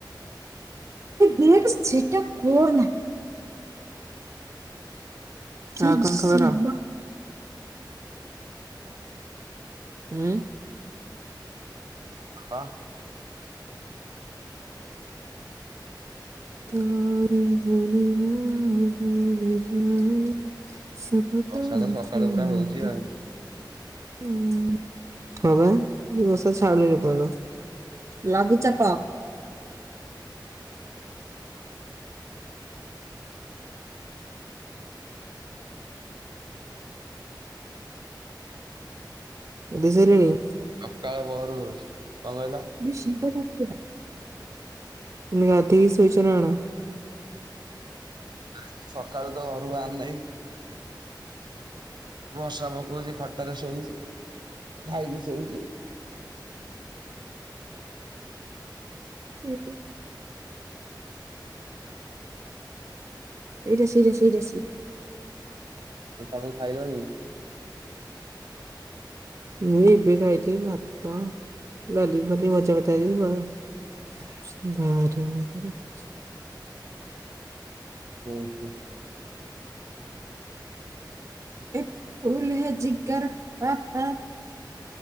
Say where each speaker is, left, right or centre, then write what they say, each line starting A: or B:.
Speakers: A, on the right; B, on the right.
A: ଦେବେ ସେଟା କରନା। ଆଉ କଣ ଖବର? ଉଁ।
B: ହାଲୋ।
A: ସାରି ଦୁନିଆ ଭୁଲ୍ ଯାଏ ସ <unintelligible>
B: ବର୍ଷା ତ ସକାଳୁ ପୁରା ହଉଛି ଆଉ
A: ଉଁ ହଁ ପା ଏ ହବା ବଷା ଛାଡୁନି ଏପର୍ଯନ୍ତ। ଲଘୁଚାପ ଗାଧେଇ ସାରିଲେଣି?
B: ସକାଳ ପହରୁ ହୋଉଚି। କଣ କହିଲ?
A: <unintelligible> ଗାଧେଇ କି ଶୋଇଚ ନା କଣ।
B: ନାଇଁ ସକାଳୁ ତ ଘରୁ ବାହାରି ନାହିଁ। ବର୍ଷା ପକୋଉଚି ଖଟରେ ଶୋଇଚି। ଖାଇକି ଶୋଇଚି।
A: କିଏ କିଏ ଏଇଟା ସେଇଟା ସେଇଟା ସେଇଟା
B: ଆଉ ତମେ ଖାଇଲଣି?
A: ମୁଁ ଏବେ ଖାାଇଲି ଭାତ <unintelligible>
B: ଉଁ ହୁଁ।
A: ଏ ଫୁଲେ ଜିଗର ପା ପା